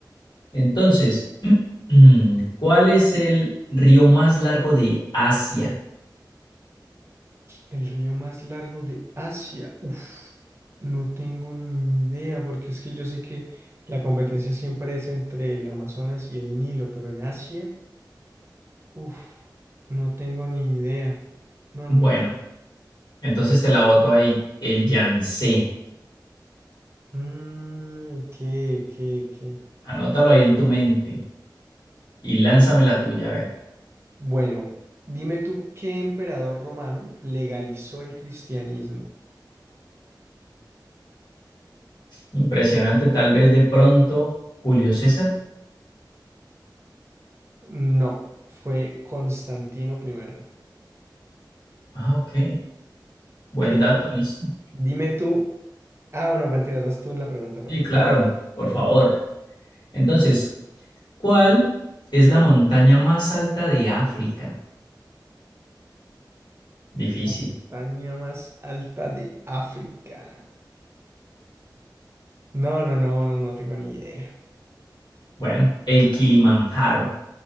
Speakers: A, on the left (about 80°); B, on the right (about 35°).
A: Entonces, <clears throat> ¿cuál es el río más largo de Asia?
B: El río más largo de Asia. Uf, no tengo ni idea, porque es que yo sé que la competencia siempre es entre el Amazonas y el Nilo, pero en Asia, uf, no tengo ni idea. No,
A: Bueno,
B: no.
A: entonces te la boto ahí, el Yangtze.
B: Mm, ¿qué, qué, qué?
A: Anótalo ahí en tu mente y lánzame la tuya, a ver.
B: Bueno, dime tú, ¿qué emperador romano legalizó el cristianismo?
A: Impresionante, tal vez de pronto, Julio César.
B: No, fue Constantino primero.
A: Ah, ok. Buen
B: ¿Qué?
A: dato, listo.
B: Dime tú. Ah, bueno, mentira, vas tú en la pregunta, perdón.
A: Sí, claro, por favor. Entonces, ¿Cuál es la montaña más alta de África? Difícil.
B: La montaña más alta de África. No, no, no, no, no tengo ni idea.
A: Bueno, el Kilimanjaro.